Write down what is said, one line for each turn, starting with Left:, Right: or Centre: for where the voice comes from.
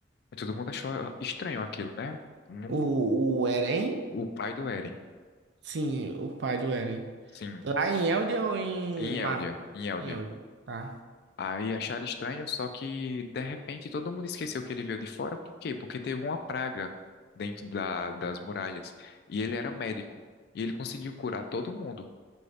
Left: E todo mundo achou estranho aquilo, né? Num-
Right: O, o Eren?
Left: o pai do Eren,
Right: Sim, o pai do Eren.
Left: sim,
Right: Lá em Eldia ou em
Left: em
Right: Marley?
Left: Eldia, em Eldia.
Right: Em Eldia, tá.
Left: Aí acharam estranho, só que de repente todo mundo esqueceu que ele veio de fora. Por quê? Porque teve uma praga dentro da- das muralhas. E ele era médico. E ele conseguiu curar todo mundo.